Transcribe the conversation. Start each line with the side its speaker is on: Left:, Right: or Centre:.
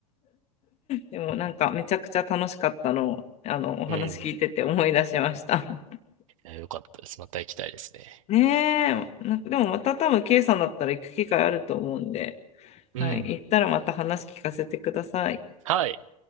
Left: でもなんかめちゃくちゃ楽しかったのをあのお話聞いてて思い出しました
Right: うん。
Left: <laughs>。
Right: いよかったです。また行きたいですね。
Left: ねえ、なんかでもまた多分 K さんだったら行く機会あると思うんで、はい、
Right: うん。
Left: 行ったらまた話聞かせてください。
Right: はい。